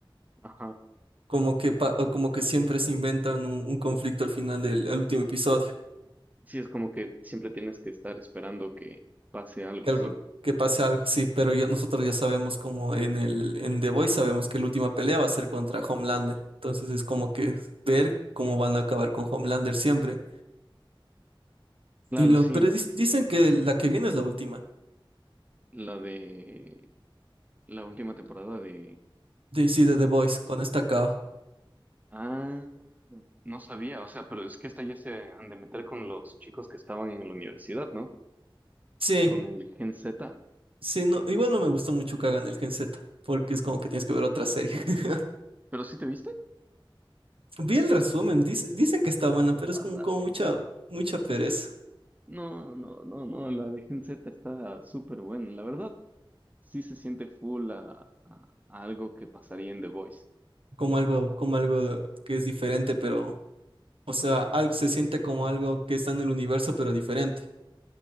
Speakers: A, on the right; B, on the right.
A: Ajá.
B: como que pa- o como que siempre se inventan un, un conflicto al final del al último episodio.
A: Sí, es como que siempre tienes que estar esperando que pase algo
B: que
A: así.
B: algo, que pase algo, sí, pero ya- nosotros ya sabemos como en el, en The Voice sabemos que la última pelea va a ser contra Homelander. Entonces es como que ver cómo van a acabar con Homelander siempre.
A: Claro,
B: Y lo,
A: sí.
B: pero dis- dicen que la que viene es la última.
A: La de la última temporada de...
B: De, sí, de The Voice, con esta acaba.
A: Ah, no sabía. O sea, pero es que esta ya se han de meter con los chicos que estaban en la universidad, ¿no?
B: Sí,
A: Con el Gen Z.
B: sí, no, igual no me gustó mucho que hagan el Gen Z, porque es como que tienes que ver otra serie. <laughs>
A: ¿Pero sí te viste?
B: Vi el resumen, dice- dicen que está
A: ¿Cómo
B: buena,
A: no
B: pero
A: vas
B: es como,
A: a
B: como
A: ver?
B: mucha, mucha pereza.
A: No, no, no, no, la de Gen Z está súper buena. La verdad, sí se siente full a, a- a algo que pasaría en The Voice.
B: Como algo, como algo que es diferente, pero O sea, algo se siente como algo que está en el universo, pero diferente.